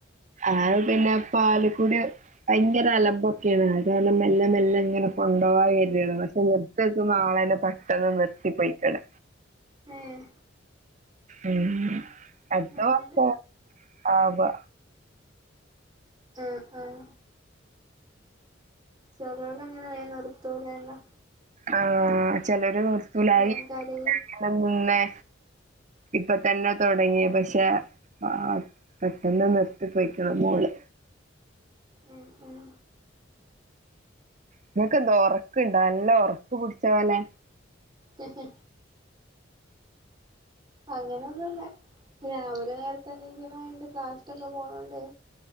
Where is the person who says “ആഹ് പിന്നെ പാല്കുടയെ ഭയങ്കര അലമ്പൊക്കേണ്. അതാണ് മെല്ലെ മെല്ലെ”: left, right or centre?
Right